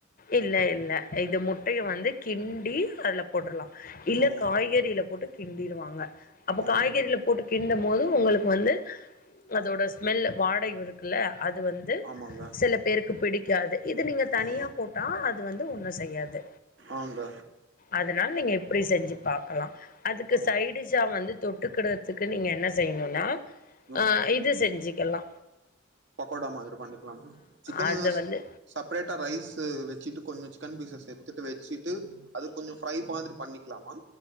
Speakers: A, on the left; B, on the right.
A: இல்ல இல்ல இது முட்டைய வந்து கிண்டி அதுல போட்றலாம் இல்ல
B: ஓ
A: காய்கறியில போட்டு கிண்டிருவாங்க அப்ப
B: ஓ
A: காய்கறில போட்டு கிண்டும் போது உங்களுக்கு வந்து அதோட ஸ்மெல் வாடை வரும் க்குல்ல அது வந்து
B: ஆமாங்க
A: சில பேருக்கு பிடிக்காது இது நீங்க தனியா
B: ஆ
A: போட்டா அது வந்து ஒண்ணு செய்யாது
B: ஆங்க
A: அதுனால நீங்க எப்டி செஞ்சு பாக்கலா அதுக்கு
B: ஆமா
A: சைடிசா வந்து தொட்டுக்குடுறதுக்கு நீங்க என்ன செய்யணுன்னா
B: ம்
A: ஆ இது செஞ்சுக்கலா
B: பக்கோடா மாதிரி பண்ணிக்லாமா சிக்கன்
A: அது
B: நூ
A: வந்து
B: செப்ரேட்டா ரைஸு வச்சுட்டு கொஞ்சோ சிக்கன் பீஸ்ச சேத்துட்டு வச்சிட்டு அது கொஞ்ச ஃப்ரை மாதிரி பண்ணிக்லாமா